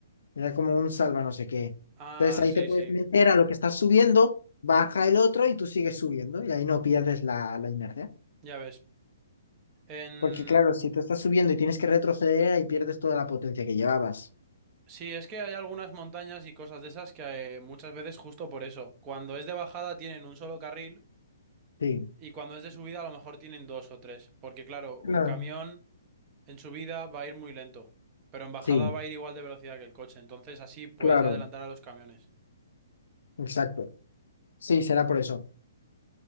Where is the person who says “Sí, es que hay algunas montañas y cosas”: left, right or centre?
Right